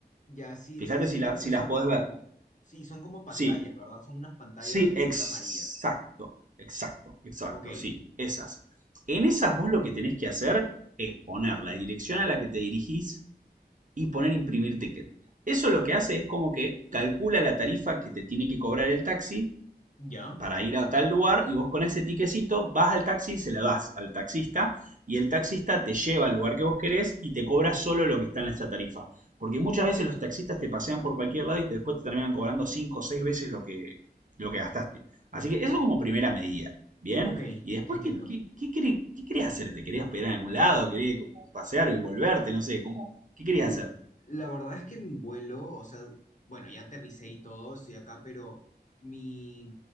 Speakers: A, on the left (about 45°); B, on the right (about 50°).
A: ya, sí,
B: Fíjate
A: sí, estoy
B: si, la,
A: viendo
B: si
A: que son
B: las podés
A: como,
B: ver.
A: sí, son como pantallas,
B: Sí,
A: ¿verdad? Son unas pantallas
B: sí,
A: de color
B: exacto,
A: amarillas.
B: exacto, exacto,
A: Ok,
B: sí, esas. En esas vos lo que tenés que hacer es poner la dirección a la que te dirigís y poner imprimir ticket. Eso lo que hace es como que calcula la tarifa que te tiene que cobrar el taxi
A: ya.
B: para ir a tal lugar y vos con ese tiquecito vas al taxi y se la das al taxista y el taxista te lleva al lugar que vos querés y te cobra solo lo que está en esa tarifa. Porque muchas veces los taxistas te pasean por cualquier lado y después te terminan cobrando 5 o 6 veces lo que, lo que gastaste. Así que eso
A: Mm.
B: como primera medida, ¿bien?
A: Ok,
B: Y después,
A: entiendo.
B: ¿qué, qué, qué, querés, qué querés hacer? ¿Te querés hospedar en algún lado? ¿Querés como pasear y volverte? No sé, ¿cómo? ¿Qué querías
A: L-
B: hacer?
A: La verdad es que mi vuelo, o sea, bueno, ya aterricé y todo, estoy acá, pero mi,